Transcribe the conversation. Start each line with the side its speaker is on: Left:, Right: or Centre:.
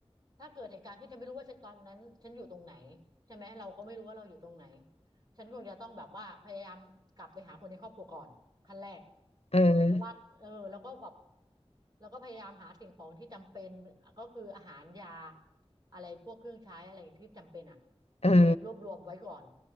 Right: ถ้าเกิดเหตุการณ์ขึ้นฉันไม่รู้ว่าฉันตอนนั้นฉันอยู่ตรงไหนใช่ไหมเราก็ไม่รู้ว่าเราอยู่ตรงไหนฉันคงจะต้องแบบว่าพยายามกลับไปหาคนในครอบครัวก่อนขั้นแรก
Left: เออ
Right: แล้วว่าเออแล้วก็แบบแล้วก็พยายามหาสิ่งของที่จำเป็นก็คืออาหารยาอะไรพวกเครื่องใช้อะไรที่จำเป็นอ่ะ
Left: เออ
Right: เก็บรวบรวมไว้ก่อน